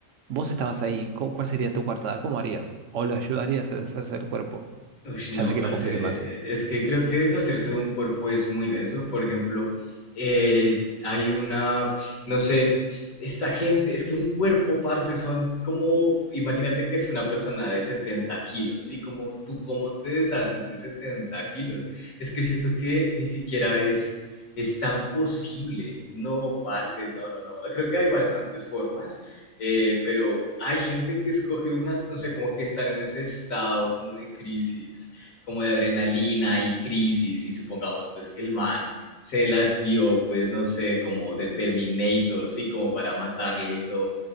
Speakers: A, on the right (about 70°); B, on the left (about 85°).
A: vos estabas ahí, ¿cu- cuál sería tu coartada? ¿Cómo harías? ¿O lo ayudarías a deshacerse del cuerpo?
B: Ush, no,
A: Ya sé que
B: parce.
A: lo compliqué más, ¿eh?
B: Es que creo que deshacerse de un cuerpo es muy denso. Por ejemplo, eh, hay una, no sé, esta gente, es que un cuerpo, parce, son como, imagínate que es una persona de 70 kilos, ¿sí? Como tú, ¿cómo te deshaces de 70 kilos? Es que siento que ni siquiera es, es tan posible. No, parce, no, no, no. Creo que hay bastantes formas eh, pero hay gente que escoge unas, no sé, como que estar en ese estado como de crisis, como de adrenalina y crisis, y supongamos pues que el man se las dio, pues no sé, como de Terminator, sí, como para matarlo y todo.